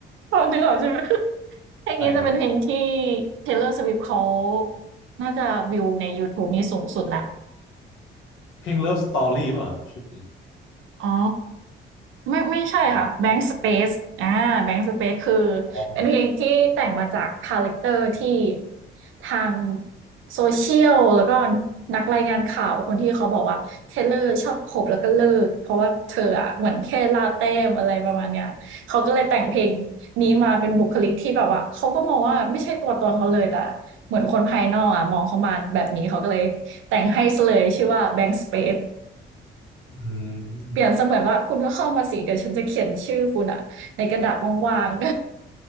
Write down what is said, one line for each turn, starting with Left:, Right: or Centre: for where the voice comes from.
Right: พอดึงออกใช่ไหม <laughs> เพลงนี้จะเป็นเพลงที่
Left: ใช่ครับ
Right: Taylor Swift เขาน่าจะวิวใน YouTube นี่สูงสุดแหละ
Left: เพลง Love Story ป่ะครับชื่อเพลง
Right: อ๋อไม่ไม่ใช่ค่ะ
Left: หรือเปล่า
Right: Blank Space อ่า Blank Space คือเป็นเพลงที่แต่งมาจากคาแรคเตอร์ที่
Left: อ๋อ
Right: ทางโซเชียลแล้วก็นักรายงานข่าวคนที่เขาบอกว่าเทเลอร์ชอบขบแล้วก็เลิกเพราะว่าเธออะเหมือนแค่ลาเต้มอะไรประมาณเนี้ยเขาก็เลยแต่งเพลงนี้มาเป็นบุคลิกที่แบบว่าเขาก็มองว่าไม่ใช่ตัวตนเขาเลยแต่เหมือนคนภายนอกอะมองเขามาแบบนี้เขาก็เลยแต่งให้ซะเลยชื่อว่า Blank Space
Left: อืม
Right: เปลี่ยนเสมือนว่าคุณก็เข้ามาสิเดี๋ยวฉันจะเขียนชื่อคุณอะในกระดาษว่างๆ